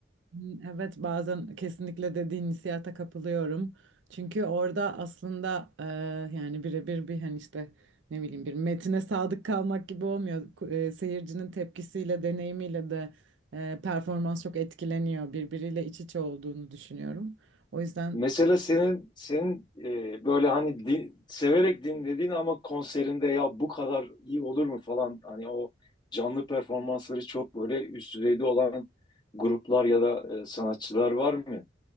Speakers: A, on the right; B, on the left.
A: Hmm, Evet bazen kesinlikle dediğin hissiyata kapılıyorum. Çünkü orada aslında e, yani birebir bir hani işte ne bileyim bir metine sadık kalmak gibi olmuyor. Ku- e, seyircinin tepkisiyle, deneyimiyle de e, performans çok etkileniyor. Birbiriyle iç içe olduğunu düşünüyorum. O yüzden
B: Mesela senin senin e, böyle hani di- severek dinlediğin ama konserinde ya bu kadar iyi olur mu falan hani o canlı performansları çok böyle üst düzeyde olan gruplar ya da e, sanatçılar var mı?